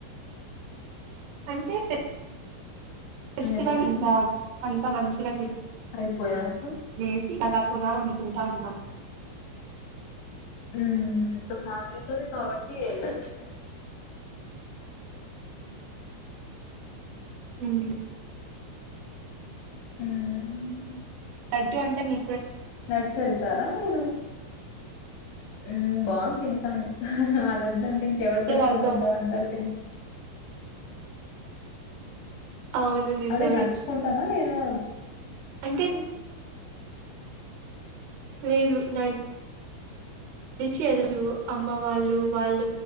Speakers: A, on the right (about 80°); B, on the left (about 75°).
A: అంటేె సే ఫెస్టివల్
B: ఎట్లండి?
A: ఇంకా అంత మంచిగా తిప్
B: అయిపోయినాక?
A: లేసి అలా పోదాం అనుకుంటా ఉన్నాం.
B: ఉహ్ ఇంకా ఫ్యామిలీతోనే కాబట్టి ఏళ్లొచ్చులే.
A: ఉహ్
B: ఉహుహ్
A: లడ్డు అంటే మీ
B: నడ్చెళ్తారా మీరు హుహ్ బావద్ తింటానం. ఆ లాడ్డంటే ఇంక్ ఎవరు తినకుండా
A: వాళ్ళతో
B: ఉంటారు. అందరు తిండ్
A: అవును నిజమే
B: అదే నడుచుకుంటానా లేదా
A: అంటే లేదు నాడ్ రీచి ఏళ్ళరు. అమ్మ వాళ్ళు వాళ్ళ